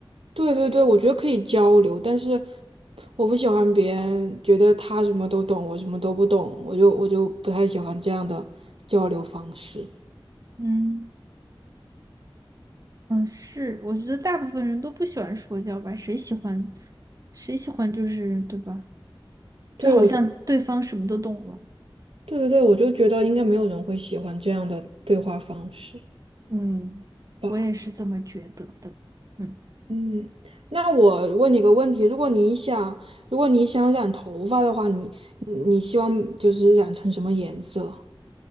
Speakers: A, on the right; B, on the right.
A: 对对对，我觉得可以交流，但是我不喜欢别人觉得他什么都懂，我什么都不懂，我就我就不太喜欢这样的交流方式。
B: 嗯嗯，是，我觉得大部分人都不喜欢说教吧，谁喜欢，谁喜欢就是对吧？
A: 对，
B: 就好像对方什么都懂了。
A: 我，对对对，我就觉得应该没有人会喜欢这样的对话方式。
B: 嗯，
A: 吧。
B: 我也是这么觉得的。嗯。
A: 嗯，那我问你个问题：如果你想，如果你想染头发的话，你你你希望就是染成什么颜色？